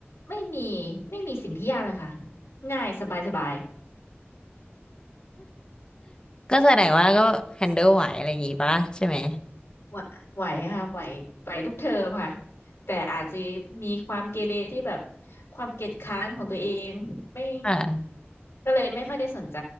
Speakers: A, on the left; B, on the left.
A: ไม่มีไม่มีสิ่งที่ยากเลยค่ะง่ายสบายสบาย
B: ก็แสดงว่าก็ handle ไหวอะไรอย่างงี้ปะใช่ไหม
A: <laughs> ไหวไหวค่ะไหวไหวทุกเทอมค่ะแต่อาจจะมีความเกเรที่แบบความเกียจคร้านของตัวเองไม่
B: อ่า
A: ก็เลยไม่ค่อยได้สนใจ